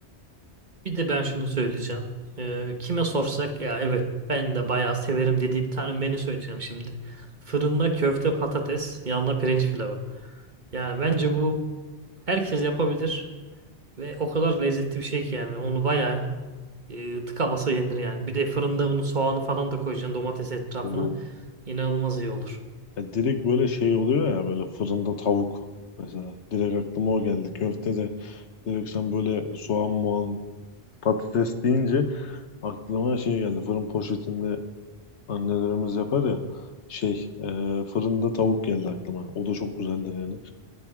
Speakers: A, on the right (about 45°); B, on the left (about 80°).
A: Bir de ben şunu söyleyeceğim. Ee, kime sorsak ya evet ben de bayağı severim dediği bir tane menü söyleyeceğim şimdi. Fırında köfte patates, yanına pirinç pilavı. Yani bence bu herkes yapabilir ve o kadar lezzetli bir şey ki yani onu bayağı e, tıka basa yenir yani. Bir de fırında bunu soğanı falan da koyacaksın domates etrafına.
B: Bu
A: İnanılmaz iyi olur.
B: ya direkt böyle şey oluyor ya böyle fırında tavuk mesela. Direkt aklıma o geldi. Köfte de direkt sen böyle soğan muan patates deyince aklıma şey geldi. Fırın poşetinde annelerimiz yapar ya şey e, fırında tavuk geldi aklıma. O da çok güzeldir yani.